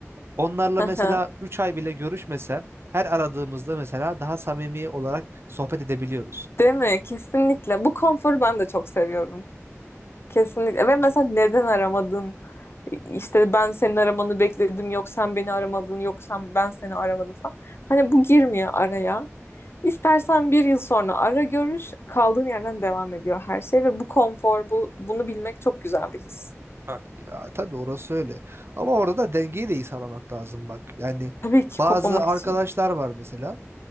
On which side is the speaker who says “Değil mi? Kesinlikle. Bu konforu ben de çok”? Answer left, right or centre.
Left